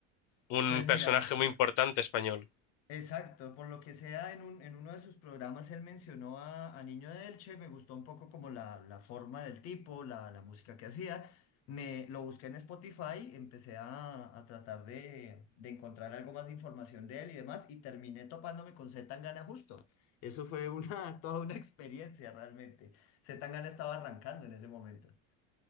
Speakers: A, on the left; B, on the left.
A: un
B: Pues mira,
A: personaje muy importante español.
B: Exacto, por lo que sea, en un, en uno de sus programas él mencionó a, a Niño de Elche, me gustó un poco como la, la forma del tipo, la, la música que hacía. Me lo busqué en Spotify, empecé a, a tratar de, de encontrar algo más de información de él y demás, y terminé topándome con C. Tangana justo. Eso fue una, <laughs> toda una experiencia realmente. C. Tangana estaba arrancando en ese momento.